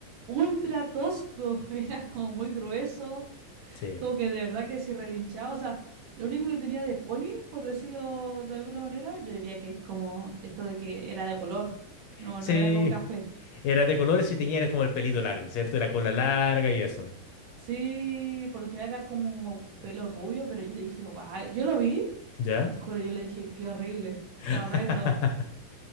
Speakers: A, on the right; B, on the left.
A: ultra tosco, <laughs> era como muy grueso,
B: sí.
A: como que de verdad que sí relinchaba, o sea, lo único que tenía de pony, por decirlo de alguna manera, yo diría que es como esto de que era de color, no,
B: Sí,
A: no era como café.
B: era de colores y tenía era como el pelito largo, ¿cierto? Y La cola larga y eso,
A: Sí, por lo general era como pelo rubio, pero yo dije, guau, yo lo vi
B: ¿ya?
A: y te juro, yo le dije, qué horrible,
B: <laughs>
A: está horrendo.